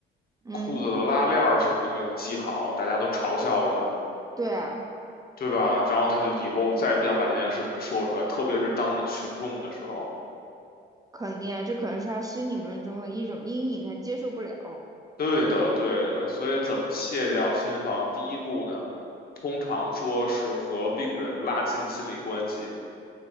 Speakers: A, on the right; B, on the left.
A: 嗯，
B: 裤子的拉链儿什么的没有系好，大家都嘲笑他，
A: 对啊，
B: 对吧？然后他就以后再也不想把这件事情说出来，特别是当着群众的时候。
A: 肯定啊，这可能是他心里面中的一种阴影，他接受不了。
B: 对的，对的，所以怎么卸掉心防？第一步呢，通常说是和病人拉近心理关系。